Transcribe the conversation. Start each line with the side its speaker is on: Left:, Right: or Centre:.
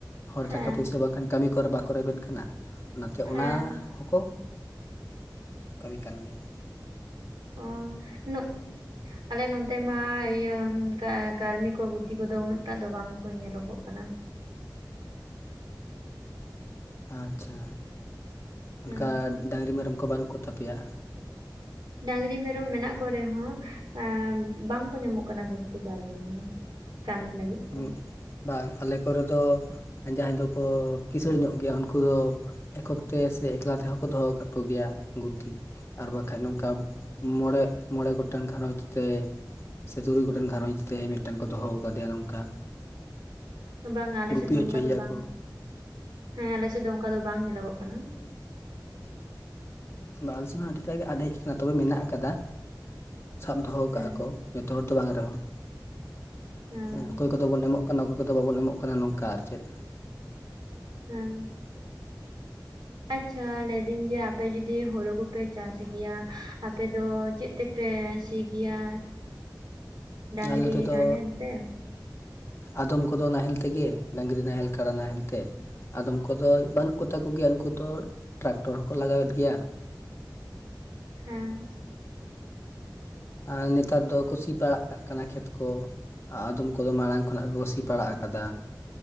Left: ᱦᱚᱲ
Right: ᱦᱮᱸ
Left: ᱴᱟᱠᱟ ᱯᱚᱭᱥᱟᱹ ᱵᱟᱝᱠᱷᱟᱱ ᱠᱟᱹᱢᱤ ᱠᱚᱨᱮ ᱵᱟᱠᱚ ᱨᱮᱵᱮᱱ ᱠᱟᱱᱟ ᱚᱱᱟᱛᱮ
Right: ᱦᱮᱸ
Left: ᱚᱱᱟ ᱦᱚᱸᱠᱚ ᱠᱟᱹᱢᱤ ᱠᱟᱱ ᱜᱮᱭᱟ ᱾
Right: <unintelligible> ᱟᱞᱮ ᱱᱚᱛᱮ ᱢᱟ ᱤᱭᱟᱹ ᱠᱟᱹᱨᱢᱤ ᱠᱚ ᱜᱩᱛᱤ ᱠᱚᱫᱚ ᱩᱱᱟᱹᱜ ᱴᱟᱜ ᱫᱚ ᱵᱟᱝ ᱠᱚ ᱧᱮᱞᱚᱜᱚᱜ ᱠᱟᱱᱟ ᱾
Left: ᱟᱪᱪᱷᱟ,
Right: ᱦᱮᱸ
Left: ᱚᱱᱠᱟ ᱰᱟᱹᱝᱨᱤ ᱢᱮᱨᱚᱢ ᱠᱚ ᱵᱟᱹᱱᱩᱜ ᱠᱚ ᱛᱟᱯᱮᱭᱟ?
Right: ᱰᱟᱝᱨᱤ ᱢᱮᱨᱚᱢ ᱢᱮᱱᱟᱜ ᱠᱚ ᱨᱮᱦᱚᱸ ᱮᱸ ᱵᱟᱝᱠᱚ ᱧᱟᱢᱚᱜ ᱠᱟᱱᱟ ᱜᱩᱛᱤ ᱠᱟᱹᱢᱤ ᱜᱮ ᱠᱟᱹᱢᱤ ᱞᱟᱹᱜᱤᱫ
Left: ᱦᱩᱸ
Right: ᱛᱮ ᱾
Left: ᱵᱟᱝ ᱟᱞᱮ ᱠᱚᱨᱮ ᱫᱚ ᱡᱟᱦᱟᱸᱭ ᱫᱚᱠᱚ ᱠᱤᱥᱟᱹᱬ ᱧᱚᱜ ᱜᱮᱭᱟ ᱩᱱᱠᱩ ᱫᱚ ᱮᱠᱚᱠ ᱛᱮ ᱥᱮ ᱮᱠᱞᱟ ᱛᱮᱦᱚᱸ ᱠᱚ ᱫᱚᱦᱚ ᱟᱠᱟᱫ ᱠᱚᱜᱮᱭᱟ ᱜᱩᱛᱤ? ᱟᱨ ᱵᱟᱠᱷᱟᱡ ᱱᱚᱝᱠᱟ ᱢᱚᱬᱮ-ᱢᱚᱬᱮ ᱜᱚᱴᱟᱝ ᱜᱷᱟᱨᱚᱸᱡᱽ ᱛᱮ ᱥᱮ ᱛᱩᱨᱩᱭ ᱜᱚᱴᱮᱱ ᱜᱷᱟᱨᱚᱸᱡᱽ ᱛᱮ ᱢᱤᱫᱴᱮᱱ ᱠᱚ ᱫᱚᱦᱚ ᱠᱟᱫᱮᱭᱟ ᱱᱚᱝᱠᱟ
Right: ᱵᱟᱝᱟ ᱟᱞᱮᱥᱮᱫ
Left: ᱜᱩᱯᱤ
Right: ᱫᱚ
Left: ᱦᱚᱪᱚᱭᱮᱭᱟ
Right: ᱚᱱᱠᱟ ᱫᱚ ᱵᱟᱝ
Left: ᱠᱚ
Right: ᱦᱮᱸ ᱟᱞᱮᱥᱮᱫ ᱫᱚ ᱚᱱᱠᱟ ᱫᱚ ᱵᱟᱝ ᱧᱮᱞᱚᱜᱚᱜ ᱠᱟᱱᱟ᱾
Left: ᱵᱟ ᱟᱞᱮᱥᱮᱱ ᱦᱚᱸ ᱟᱹᱰᱤ ᱴᱟᱜ ᱜᱮ ᱟᱫ ᱦᱮᱡ ᱠᱟᱱᱟ ᱛᱚᱵᱮ ᱢᱮᱱᱟᱜ ᱟᱠᱟᱫᱟ ᱥᱟᱵ ᱫᱚᱦᱚ
Right: ᱦᱮᱸ
Left: ᱠᱟᱜᱼᱟ ᱠᱚ ᱡᱚᱛᱚ ᱦᱚᱲ ᱫᱚ ᱵᱟᱝ ᱨᱮᱦᱚᱸ ᱚᱠᱚᱭ
Right: ᱦᱮᱸ
Left: ᱚᱠᱚᱭ ᱠᱚᱫᱚ ᱵᱚᱱ ᱮᱢᱚᱜ ᱠᱟᱱᱟ ᱚᱠᱚᱭ ᱠᱚᱫᱚ ᱵᱟᱵᱚᱱ ᱮᱢᱚᱜ ᱠᱟᱱᱟ ᱱᱚᱝᱠᱟ ᱟᱨ ᱪᱮᱫ
Right: ᱦᱮᱸᱻ ᱟᱪᱷᱟ ᱞᱟᱹᱭᱫᱟᱹᱧ ᱡᱮ ᱟᱯᱮ ᱡᱩᱫᱤ ᱦᱩᱲᱩ ᱠᱚᱯᱮ ᱪᱟᱥ ᱜᱮᱭᱟ ᱟᱯᱮ ᱫᱚ ᱪᱮᱫ ᱛᱮ ᱯᱮ ᱥᱤ ᱜᱮᱭᱟ ᱰᱟᱹᱝᱨᱤ
Left: ᱟᱞᱮ ᱱᱚᱛᱮ ᱫᱚ
Right: ᱱᱟᱦᱮᱞ ᱛᱮ?
Left: ᱟᱫᱚᱢ ᱠᱚᱫᱚ ᱱᱟᱦᱮᱞ ᱛᱮᱜᱮ ᱰᱟ. ᱝᱨᱤ ᱱᱟᱦᱮᱞ, ᱠᱟᱰᱟ ᱱᱟᱦᱮᱞ ᱛᱮ ᱟᱫᱚᱢ ᱠᱚᱫᱚ ᱵᱟᱹᱱᱩᱜ ᱠᱚ ᱛᱟᱠᱚ ᱜᱮᱭᱟ ᱩᱱᱠᱩ ᱫᱚ ᱴᱨᱟᱠᱴᱚᱨ ᱦᱚᱸᱠᱚ ᱞᱟᱜᱟᱣᱮᱫ ᱜᱮᱭᱟ᱾
Right: ᱦᱮᱸᱻ
Left: ᱟᱨ ᱱᱮᱛᱟᱨ ᱫᱚ ᱠᱚ ᱥᱤ ᱯᱟᱲᱟᱜ ᱠᱟᱜ ᱠᱟᱱᱟ ᱠᱷᱮᱛ ᱠᱚ ᱟᱫᱚᱢ ᱠᱚᱫᱚ ᱢᱟᱲᱟᱝ ᱠᱷᱚᱱᱟᱜ ᱠᱚ ᱥᱤ ᱯᱟᱲᱟᱜ ᱟᱠᱟᱫᱟ᱾